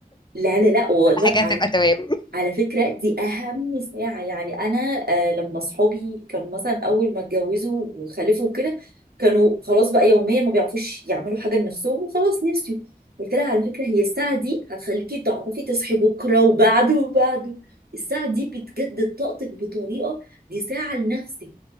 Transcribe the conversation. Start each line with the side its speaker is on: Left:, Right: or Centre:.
Right: لا لا لا والله
Left: كل حاجه
Right: على
Left: هتبقى تمام
Right: على فكرة دي أهم ساعة يعني أنا آه لما صحابي كانوا مثلا أول ما اتجوزوا وخلفوا كده كانوا خلاص بقى يوميا ما بيعرفوش يعملوا حاجة لنفسهم وخلاص نسيوا قلت لها على فكرة هي الساعة دي هتخليكي تعرفي تصحي بكرة وبعده وبعده الساعة دي بتجدد طاقتك بطريقة دي ساعة لنفسك